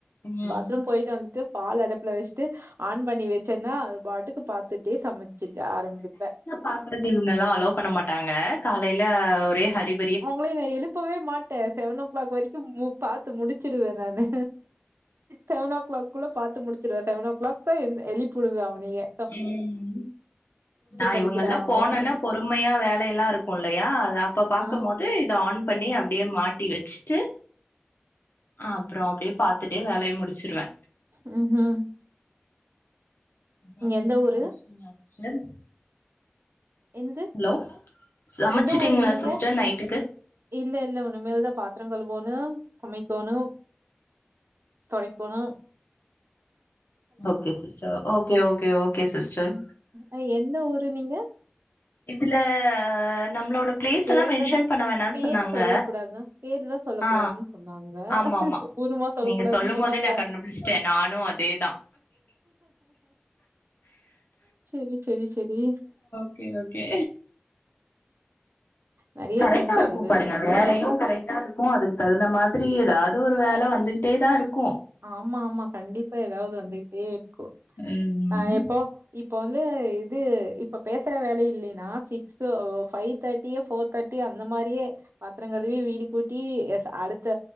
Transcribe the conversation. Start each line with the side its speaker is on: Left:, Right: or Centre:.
Left: ம்
Right: பாத்ரூம் போயிட்டு வன்ட்டு பால் அடுப்புல வச்சுட்டு ஆன் பண்ணி வச்சேன்னா அது பாட்டுக்கு பாத்துட்டே சமைச்சுட்டு ஆரம்பிப்பே
Left: பாக்கறத இவங்கலா அலோ பண்ண மாட்டாங்க காலையில ஒரே ஹரிப்
Right: அவங்களே நா எழுப்பவே மாட்டே செவன் ஓ கிளாக் வரைக்கியு மு பாத்து முடிச் வச்சருவே நானு செவன் ஓ கிளாக் குள்ள பாத்து முடிச்சுடுவே செவன் ஓ கிளாக் தா எந் எழிப்புடுவே அவனேயே
Left: ம் நா
Right: படிக்கிறான்
Left: இவங்கெல்லா
Right: அவன்.
Left: போனோன்னா பொறுமையா வேலையெல்லா இருக்குல்லையா அது அப்ப பாக்கம்
Right: ஆ.
Left: போது து இத ஆன் பண்ணி அப்டியே மாட்டி வெச்சுட்டு அப்புறோ அப்டியே பாத்துட்டே வேலையே முடிச்சிருவே
Right: ம் ஹும்
Left: அப்றோ நைட்டு
Right: எந்த ஊரு?
Left: சமைச்சிட்டீங்களா சிஸ்டர்
Right: என்னது?
Left: ஹலோ சமைச்சட்டீங்களா
Right: எந்த ஊரு நீங்க?
Left: சிஸ்டர் நைட்டுக்கு
Right: இல்ல இல்ல உன்னுமேல தா பாத்திரோ கழுவோணு சமைக்கணு தொடைக்கணு
Left: okay sister okay okay okay sister
Right: அ எந்த ஊரு நீங்க
Left: இதுல ஆ நம்மளோட பிளேஸ்
Right: பேரு
Left: எல்லா மென்ஷன்
Right: தான
Left: பண்ண வேணான்னு
Right: பேர்
Left: சொன்னாங்க
Right: சொல்ல கூடாதுன் பேரு தா சொல்ல
Left: ஆ
Right: கூடாதுன் சொன்னாங்க
Left: ஆமா ஆமா
Right: ஊருமா சொல்லக்கூடாதுன்னு
Left: நீங்க சொல்லும்
Right: சொன்னாங்க
Left: போதே நா கண்டுபிடிச்சிட்டே நானு அதேதா
Right: செரி செரி செரி
Left: ஓகே ஓகே
Right: நெறைய
Left: கரெக்டாருக்கும்
Right: சிங்க் ஆகுது
Left: பாருங்க
Right: நமக்குள்ள.
Left: வேலையு கரெக்டாருக் இருக்கு அதுக்கு தகுந்த மாதிரி ஏதாவது ஒரு வேல வந்துகிட்டே தா ருக்கு
Right: ஆமாமா கண்டிப்பா ஏதாவது வந்துகிட்டே இருக்கு
Left: ம்
Right: நா எப்போ இப்போ வந்து இது இப்போ பேசுற வேலை இல்லின்னா சிக்ஸோ ஃபைவ் தேர்ட்டியே ஃபோர் தேர்டியே அந்த மாரியே பாத்தர கழுவி வீடு கூட்டி எஃப் அடுத்த